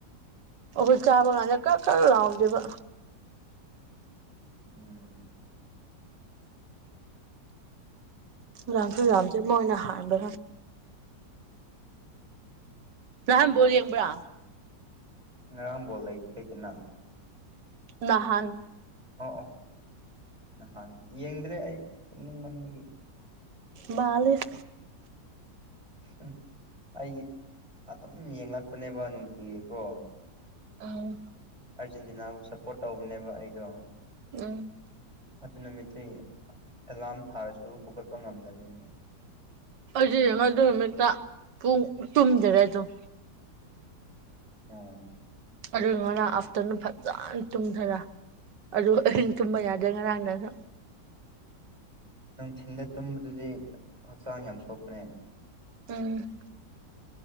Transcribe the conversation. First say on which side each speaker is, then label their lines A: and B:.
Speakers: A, on the right; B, on the right.
A: ꯑꯈꯣꯏ ꯆꯥꯕ ꯀꯥꯟꯗ ꯀꯟꯀꯟ ꯂꯥꯎꯗꯦꯕ
B: ꯎꯝ
A: ꯌꯥꯝꯁꯨ ꯌꯥꯝꯇꯦ ꯃꯣꯏꯅ ꯍꯥꯟꯕꯗꯣ ꯑꯝ ꯕꯣꯜ ꯌꯦꯡꯕ꯭ꯔꯥ
B: ꯉꯔꯥꯡ ꯕꯣꯜ ꯂꯩꯁꯨ ꯂꯥꯇꯅꯥ
A: ꯅꯥꯍꯟ
B: ꯑꯣ ꯑꯣ ꯅꯍꯥꯟ ꯌꯦꯡꯗ꯭ꯔꯦ ꯑꯩ ꯇꯨꯝꯅꯤꯡ ꯃꯟꯕꯒꯤ
A: ꯃꯥꯜꯂꯤꯞ
B: ꯎꯝ ꯑꯩ ꯑꯗꯨꯝ ꯌꯦꯡꯂꯛꯄꯅꯦꯕ ꯅꯨꯡꯇꯤꯒꯤꯀꯣ
A: ꯎꯝ
B: ꯑꯥꯔꯖꯦꯟꯇꯤꯅꯥꯕꯨ ꯁꯞꯄꯣꯔꯠ ꯇꯧꯕꯅꯦꯕ ꯑꯩꯗꯣ
A: ꯎꯝ
B: ꯑꯗꯨ ꯅꯨꯃꯤꯠꯇꯤꯑꯦꯂꯥꯔꯝ ꯊꯥꯔꯁꯨ ꯍꯧꯒꯠꯄ ꯉꯝꯗꯕꯅꯤꯅꯦ
A: ꯑꯩꯗꯤ ꯌꯦꯡꯉꯒ ꯑꯗꯨꯏ ꯅꯨꯃꯤꯠꯇ ꯄꯨꯡ ꯇꯨꯝꯗꯔꯦ ꯑꯗꯨꯝ
B: ꯑꯥ
A: ꯑꯗꯨ ꯉꯔꯥꯡ ꯑꯥꯐꯇꯔꯅꯨꯟ ꯐꯖꯅ ꯇꯨꯝꯊꯔꯥ ꯑꯗꯨ ꯑꯍꯤꯡ
B: ꯑꯁ
A: ꯇꯨꯝꯕ ꯌꯥꯗ꯭ꯔꯦ ꯉꯔꯥꯡ ꯗꯥꯡꯁꯨ
B: ꯅꯨꯡꯊꯤꯟꯗ ꯇꯨꯝꯕꯗꯨꯗꯤ ꯍꯛꯆꯥꯡ ꯌꯥꯝ ꯁꯣꯛꯄꯅꯦ
A: ꯎꯝ